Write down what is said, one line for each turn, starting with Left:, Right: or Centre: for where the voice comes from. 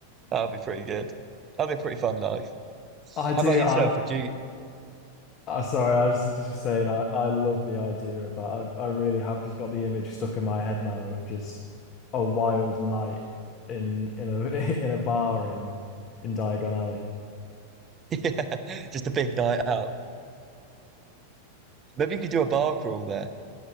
Right: That would be pretty good. That'd be a pretty fun life.
Left: I do.
Right: How about yourself?
Left: I
Right: Would you? <laughs>
Left: I sorry, I was just saying I, I love the idea of that. I, I really have just got the image stuck in my head now of just a wild night in in a <laughs> in a bar in in Diagon Alley.
Right: Yeah, just a big night out. Maybe you could do a bar crawl there.